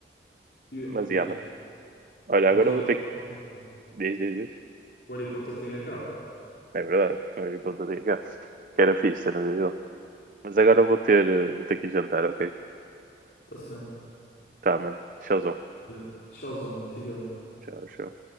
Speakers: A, on the left; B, on the right.
A: E eu,
B: Mas,
A: pois,
B: yeah, mano. Olha,
A: mas
B: agora
A: o Harry
B: vou ter
A: Potter
B: que.
A: tem o carro.
B: Diz, diz, diz.
A: O Harry Potter tem a capa.
B: É verdade. Olha, para o dia cá. Que era fixe, era dele. Mas agora vou ter, eh, vou ter que ir jantar, ok?
A: Está-se bem.
B: Tá, mano. Tchauzão.
A: Olha, Tchauzão, mano. Fica bem.
B: Tchau, tchau.